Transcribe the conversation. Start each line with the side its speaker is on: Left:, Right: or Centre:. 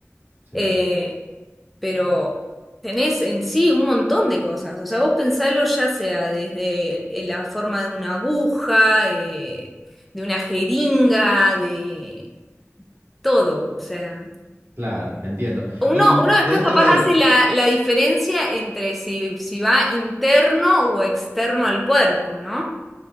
Right: sí.
Centre: Eh, pero tenés en sí un montón de cosas. O sea, vos pensalo ya sea desde eh, la forma de una aguja, eh, de una jeringa, de todo. O sea,
Right: Claro, entiendo.
Centre: uno,
Right: Y
Centre: uno
Right: dentro
Centre: después capaz
Right: de,
Centre: hace la, la diferencia entre si, si va interno o externo al cuerpo, ¿no?